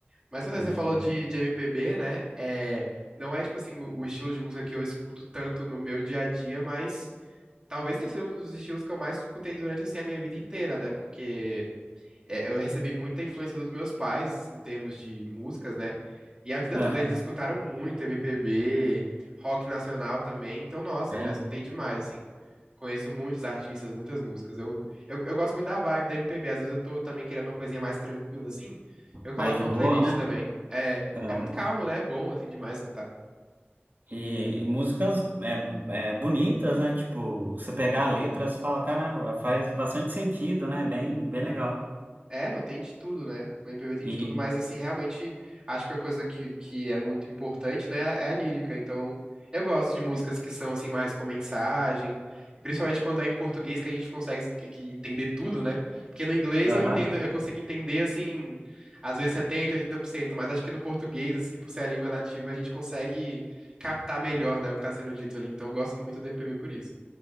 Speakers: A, on the right; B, on the right.
A: Mas pois é,
B: E,
A: você falou de, de MPB, né? É, não é, tipo assim, o, o estilo de música que eu escuto tanto no meu dia a dia, mas talvez tenha sido um dos estilos que eu mais escutei durante, assim, a minha vida inteira, né? Porque... é, eu recebi muita influência dos meus pais em termos de músicas, né? E a vida
B: aham,
A: toda eles escutaram muito MPB, rock nacional também. Então, nossa,
B: é,
A: eu já escutei demais, assim. Conheço muitos artistas, muitas músicas. Eu, eu, eu gosto muito da vibe da MPB. Às vezes eu tô também querendo uma coisinha mais tranquila, assim. Eu coloco
B: mais de
A: uma
B: boa,
A: playlist
B: né?
A: também. É,
B: Aham.
A: é muito calmo, né? É bom, assim, demais escutar.
B: E, e músicas é, é, bonitas, né? Tipo, você pegar a letra, você fala, caramba, faz bastante sentido, né? Bem, bem legal.
A: É, não tem de tudo, né? O MPB tem
B: E,
A: de tudo, mas assim, realmente acho que uma coisa que, que é muito importante, né, é a lírica. Então, eu gosto de músicas que são assim mais com mensagem, e principalmente quando é em português que a gente consegue que- que entender tudo, né? Porque no inglês
B: aham.
A: eu entendo, eu consigo entender assim, às vezes 70, 80%, mas acho que no português, assim, por ser a língua nativa, a gente consegue captar melhor, né, o que tá sendo dito ali. Então, eu gosto muito do MPB por isso.